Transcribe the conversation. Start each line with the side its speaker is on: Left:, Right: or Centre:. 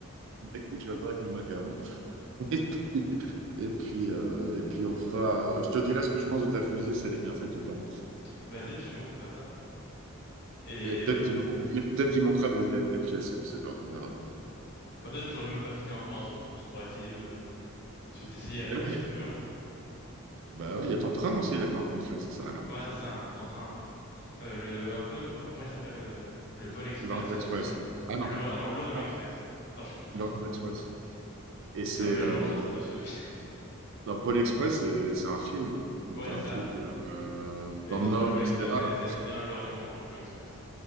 Right: <laughs> écoute, je viendrai avec mes macarons. <laughs> Et puis, et puis, euh, et puis on fera. Je te dirai ce que je pense de ta fusée, si elle est bien faite ou pas.
Left: Vas-y, si tu veux, on peut faire ça. Et
Right: Et peut-être
Left: euh,
Right: qu'il man- et peut-être il manquera des, des- des pièces, je sais pas, on verra.
Left: bah, peut-être que j'aurais même pas fini encore un truc, donc tu pourras essayer, euh, peut-être t'essayer à la
Right: Mais
Left: tâche
Right: oui,
Left: si tu veux. hein.
Right: bah oui, il y a ton train aussi, là, que t'es en train de faire, c'est ça, là.
Left: Ouais, c'est ça, un grand train. Euh, le, un peu, oh, comment il s'appelle euh, le, Pôle Express,
Right: L'Orient
Left: ça,
Right: Express.
Left: tu sais?
Right: Ah non,
Left: Le Lorient- non, l'Orient
Right: ah,
Left: Express. Attends, je suis con.
Right: l'Orient Express. Et
Left: J'ai
Right: c'est.
Left: fait un mélange
Right: euh,
Left: entre deux trucs. <laughs>
Right: dans Paul Express, c'est c'est un film où
Left: Ouais,
Right: t'as
Left: c'est
Right: un
Left: ça.
Right: truc euh,
Left: Mais
Right: dans
Left: non,
Right: le
Left: c'est
Right: Nord,
Left: pas le Pôle
Right: etc.
Left: Express, c'est c'est- c'est bien l'Orient, euh, l'Orient Express.